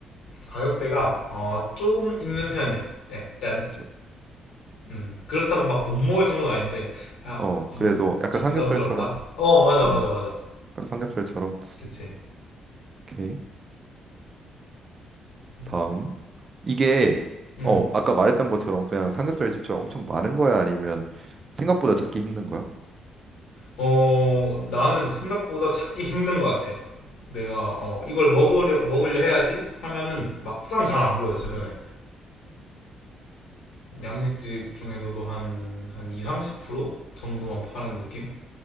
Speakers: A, on the left; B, on the right.
A: 가격대가 어, 조금 있는 편이야. 약간.
B: 저-
A: 음. 그렇다고 막 못 먹을 정도는 아닌데 야,
B: 어
A: 어,
B: 그래도 약간
A: 좀
B: 삼겹살처럼
A: 부담스럽다. 어, 맞아,
B: 음딱
A: 맞아, 맞아.
B: 삼겹살처럼
A: 그치.
B: 오케이
A: 음.
B: 다음 이게
A: 음.
B: 어 아까 말했던 것처럼 그냥 삼겹살 집처럼 엄청 많은 거야 아니면 생각보다 찾기 힘든 거야?
A: 어, 나는 생각보다 찾기 힘든 것 같아. 내가 어, 이걸 먹으려 먹으려 해야지 하면은 막상 잘 안 보여 주변에. 양식집 중에서도 한, 한 2, 30% 정도만 파는 느낌?